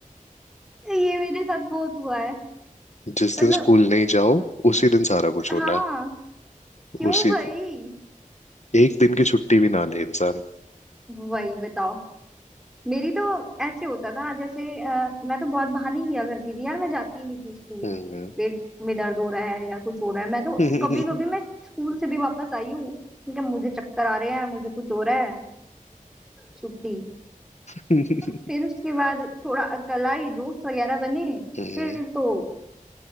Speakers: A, in the centre; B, on the left.
A: ये मेरे साथ बहुत हुआ
B: जिस
A: मतलब
B: दिन स्कूल नहीं जाओ उसी दिन सारा कुछ होना
A: हाँ
B: है
A: क्यों
B: उसी दिन
A: भाई
B: एक दिन की छुट्टी भी ना ले इंसान
A: वही बताओ मेरी तो ऐसे होता था जैसे अ, मैं तो बहुत बहाने किया करती थी यार मैं जाती ही नहीं थी स्कूल
B: हम्म
A: पेट में दर्द हो रहा है या कुछ हो रहा है मैं तो
B: <laughs> हम्म
A: कभी कभी मैं स्कूल से भी वापस आई हूँ क्योंकि मुझे चक्कर आ रहे हैं मुझे कुछ हो रहा है छुट्टी
B: हम्म।
A: और फिर उसके बाद थोड़ा अकलाई दोस्त वगैरह बने
B: हम्म।
A: फिर तो